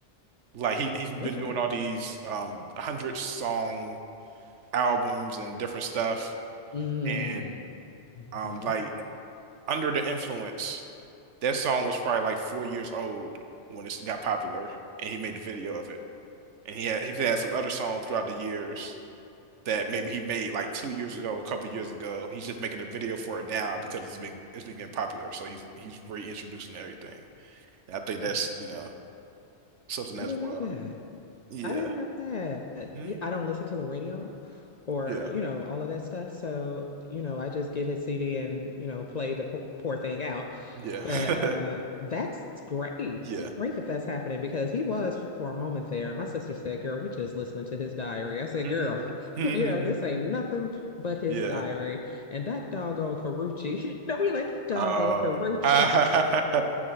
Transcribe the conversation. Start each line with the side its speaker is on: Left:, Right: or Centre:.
Right: Like he he's been
Left: What
Right: doing
Left: you mean?
Right: all these um hundred song albums and different stuff
Left: Mm-hmm.
Right: and um like Under the Influence, that song was probably like four years old when it got popular and he made the video of it. And he had he's had some other songs throughout the years that maybe he made like two years ago, a couple years ago. He's just making a video for it now because it's been it's been getting popular. So he's he's reintroducing everything. And I think
Left: Oh,
Right: that's you know something as
Left: I didn't
Right: well.
Left: know that.
Right: Yeah.
Left: I didn't know that.
Right: hmm
Left: You- I don't listen to the radio or,
Right: Yeah.
Left: you know, all of that stuff. So, you know, I just get his CD and, you know, play the po poor thing out.
Right: Yeah.
Left: But
Right: <laughs>
Left: uh that's great.
Right: Yeah.
Left: That's great that that's happening because he was for a moment there. My sister said, "Girl, we just listening to his diary." I said,
Right: Mhm.
Left: "Girl, <laughs>
Right: Mhm.
Left: you know, this ain't nothing but his
Right: Yeah.
Left: diary." And that doggone Carucci. <laughs> You know, we like that doggone
Right: Oh.
Left: Carucci
Right: <laughs>